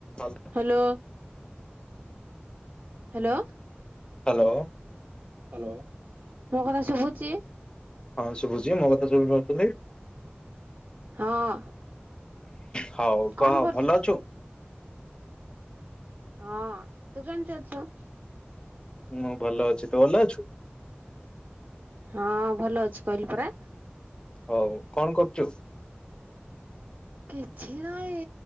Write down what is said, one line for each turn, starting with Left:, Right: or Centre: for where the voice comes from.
Left: ଆଲ
Right: hello hello
Left: hello
Right: hello, ମୋ କଥା ଶୁଭୁଛି?
Left: ହଁ ଶୁଭୁଛି ମୋ କଥା ସବୁ ଭହୁପାରୁଛନ୍ତି?
Right: ହଁ
Left: ହଉ
Right: କଣ
Left: କହ
Right: କରୁଛୁ?
Left: ଭଲ ଅଛୁ?
Right: ହଁ ତୁ କେମିତି ଅଛୁ?
Left: ମୁଁ ଭଲ ଅଛି, ତୁ ଭଲ ଅଛୁ?
Right: ହଁ ଭଲ ଅଛି କହିଲି ପରା?
Left: ହଉ କଣ କରୁଛୁ?
Right: କିଛି ନହିଁ